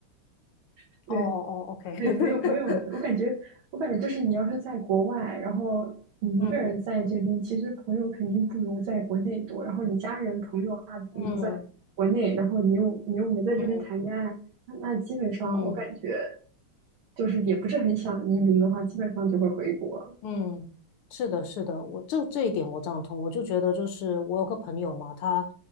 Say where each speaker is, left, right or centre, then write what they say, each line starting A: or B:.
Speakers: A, on the right; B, on the left.
A: <laughs> 对。
B: 哦哦，OK，<laughs>
A: 对，没有没有，我感觉我感觉就是你要是在国外，然后你一个人在这边，
B: 嗯
A: 其实朋友肯定不如在国内多。然后你家人朋友大部分都在国内，
B: 嗯
A: 然后你又你又没在这边谈恋爱，
B: 嗯。
A: 那那基本上我感觉
B: 嗯
A: 就是也不是很想移民的话，基本上就会回国。
B: 嗯，是的，是的，我这这一点我赞同。我就觉得，就是我有个朋友嘛，他